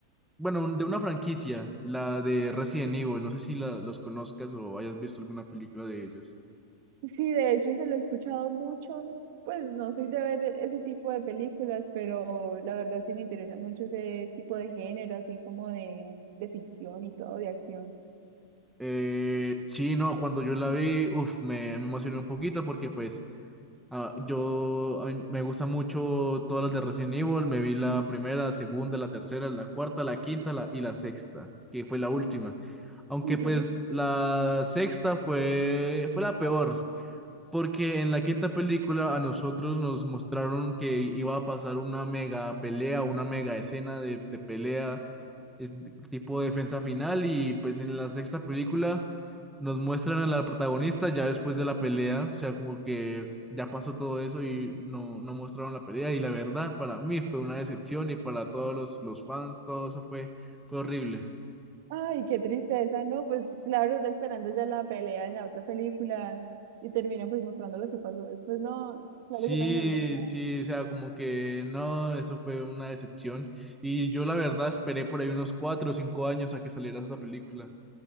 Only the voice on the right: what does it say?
Sí, de hecho se lo he escuchado mucho. Pues no soy de ver ese tipo de películas, pero la verdad sí me interesa mucho ese tipo de género, así como de, de ficción y todo, de acción.
Ujú.
Ay, qué tristeza, ¿no? Pues claro, uno esperando ya la pelea en la otra película y terminan pues mostrando lo que pasó después. No,
claro, yo también me habría enojado.